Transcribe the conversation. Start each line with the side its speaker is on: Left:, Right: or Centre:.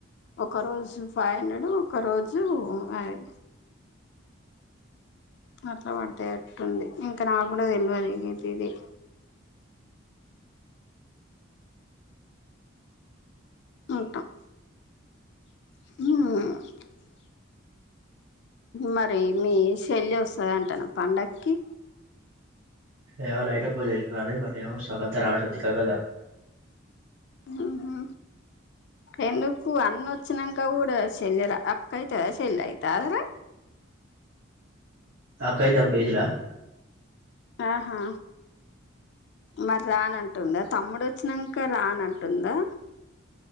Left: ఒక రోజు ఫైవ్ హండ్రెడ్ ఒక రోజు అయి అట్లా పడితే అట్టుంది ఇంకా నాకు తెలివదిగితే ఇది అంటాం మ్మ్ హు మరి మీ చెెల్లి వస్తదంటనా పండకి
Right: ఏమో నైటే పోన్ చేసింది కానీ, మరి ఏమో సడన్ గా రానంటది కా గదా.
Left: హ్మ్ హు ఎందుకు అన్న వచ్చినాంక కూడా చెల్లెర కైతద సేల్ ఆయితాదిర
Right: తక్ యిదాం కేేజిలా
Left: ఆహా మరి రానంటుందా, తమ్ముడు వచ్చినాంకా రానంటుందా.